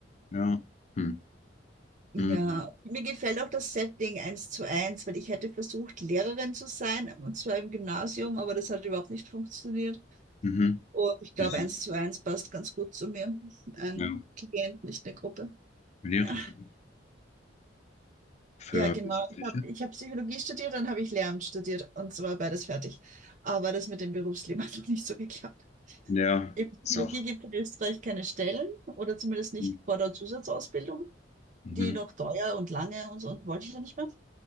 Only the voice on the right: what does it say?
Ja, mir gefällt auch das Setting eins zu eins, weil ich hätte versucht, Lehrerin zu sein, und zwar im Gymnasium, aber das hat überhaupt nicht funktioniert.
Und ich glaube,
eins zu eins passt ganz gut zu mir. Ein
Klient, nicht eine Gruppe.
Ja.
Ja, genau.
Ich habe ich hab Psychologie studiert, dann habe ich Lehramt studiert und zwar beides fertig. Aber das mit dem Berufsleben <laughs> hat noch nicht so geklappt.
In Psychologie
gibt es in Österreich keine Stellen oder zumindest nicht
vor der Zusatzausbildung.
Die noch teuer und lange und so und wollte ich ja nicht mehr.